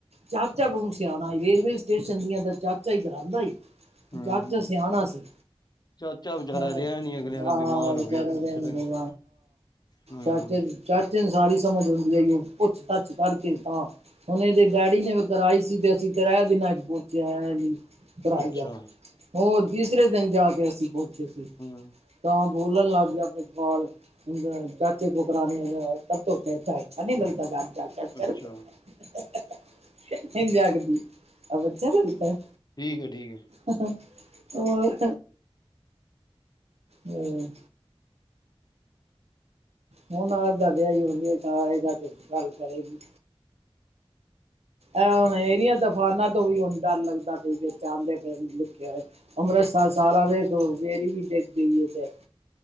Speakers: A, on the right (about 80°); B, on the left (about 40°).
A: ਚਾਚਾ ਕੋਲੋਂ ਸਿਆਣਾ, ਰੇਲਵੇ ਸਟੇਸ਼ਨ ਦੀਆਂ ਤਾਂ ਚਾਚਾ ਹੀ ਕਰਉਦਾ ਈ।
B: ਹੂੰ
A: ਚਾਚ ਸਿਆਣਾ ਸੀ।
B: ਚਾਚਾ ਵਿਚਾਰਾ
A: ਆਹ
B: ਰਿਹਾ ਨੀ ਅਗਲਿਆਂ ਦਾ ਬਿਮਾਰ
A: ਵਿ
B: ਹੋ ਗਿਆ
A: ਚਾਰਾ
B: ਅਗਲਾ
A: ਭ
B: ਚਲਾ ਗਿਆ। ਹੂੰ
A: ਆਹਚ <unintelligible> ਚਾੱਚੇ ਨੂੰ ਸਾਰੀ ਸਮਂਝ ਆਉਦੀ ਹੈ ਇਹ। ਪੁੱਛ- ਪਾੱਛ ਕਰਕੇ ਤਾ, ਹੁਣ ਇਹਦੇ ਡੈਡੀ ਨੇ ਵੀ ਕਰਾਈ ਸੀ, ਤੇ ਅਸੀਂ। ਤੇਰਹਿ ਦਿਨਾਂੱਜ ਪਹੁੰਚਾਇਆ ਹੈ ਕਰਾਈ
B: ਅੱਛਾ
A: ਆ। <unintelligible> ਹੋਰ ਤੀਸਰੇ ਦਿਨ ਜਾ ਕੇ ਅਸੀਂ ਪਹੁੰਚੇ ਸੀ।
B: ਹੂੰ।
A: ਤਾਂ ਬੋਲਣ ਲੱਗ ਗਿਆ। ਪ੍ਰਿਤਪਾਲ ਵੀ ਚਾਚੇ ਕੋਲ ਕਰਾ ਲੇਗੀ। ਅੱਛਾ ਨਹੀਂ ਲੱਗਦਾ ਚਾਚਾ। ਚਾਚਾ
B: ਅੱਛਾ
A: ਕੋਲੋਂ ਕਰਾਈ <unintelligible> ਇੰਜ ਆਖਦੀ, ਅਬ ਅੱਛਾ ਲੱਗਦਾ ਹੈ।
B: ਠੀਕ ਹੈ ਠੀਕ ਹੈ।
A: ਹੋਰ, ਹੂੰ। ਹੁਣ ਆਪਦਾ ਵਿਆਹ ਹੋ ਰਿਹਾ, ਆਏਗਾ ਤੇ ਗੱਲ ਕਰੇਗੀ। ੁ ਇਹਰੀਆਂ, ਤਫਾਨਾਂ ਤੋਂ ਵੀ ਹੁਣ ਡਰ ਲੱਗਦਾ ਪਿਆ ਹੈ। ਵਿੱਚ ਆਉਂਦੇ ਪਏ ਨੀ ਲਿਖਿਆ। ਅੰਮ੍ਰਿਤਸਰ ਸਾਰਾ ਵੇਖ ਲੋ, ਫੇਰੀ ਵੀ ਡਿੱਗ ਗਈ ਉਥੇ।